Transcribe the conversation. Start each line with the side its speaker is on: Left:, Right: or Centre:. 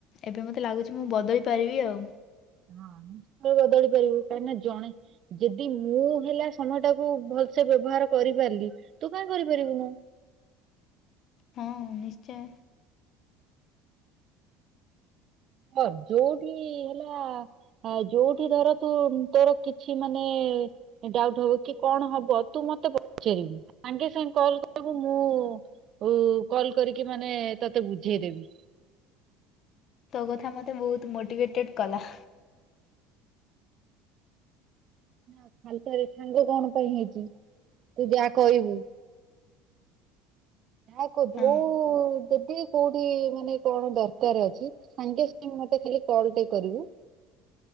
Left: ଏବେ ମୋତେ ଲାଗୁଚି ମୁଁ ବଦଳି ପାରିବି ଆଉ।
Right: ହଁ ବଦଳି ପାରିବୁ କାହିଁକି ନା ଜଣେ ଯଦି ମୁଁ ହେଲା ସମୟ ଟାକୁ ଭଲସେ ବ୍ୟବହାର କରିପାରିଲି ତୁ କାଇ କରିପାରିବୁନୁ।
Left: ହଁ ନିଶ୍ଚୟ।
Right: ହ ଯୋଉଠି ହେଲା ଆଉ ଯୋଉଠି ଧର ତୁ ତୋର କିଛି ମାନେ ଡାଉଟ ହବ କି କଣ ହବ ତୁ ମତେ ପଚାରିବୁ। ସାଙ୍ଗେ ସାଙ୍ଗେ କଲ କରିବୁ ମୁଁ ଓ କଲ କରିକି ମାନେ ତତେ ବୁଝେଇଦେବି।
Left: ତୋ କଥା ମତେ ବହୁତ ମୋଟିଭେଟେଡ କଲା।
Right: ଖାଲି ଟାରେ ସାଙ୍ଗ କଣ ପାଇଁ ହେଇଚି ତୁ ଯାହା କହିବୁ ହାକ୍ ଯୋଉ
Left: ହଁ
Right: ଯଦି କୋଉଠି ମାନେ କଣ ଦରକାର ଅଛି ସାଙ୍ଗେ ସାଙ୍ଗେ ମତେ ଖାଲି କଲ ଟେ କରିବୁ।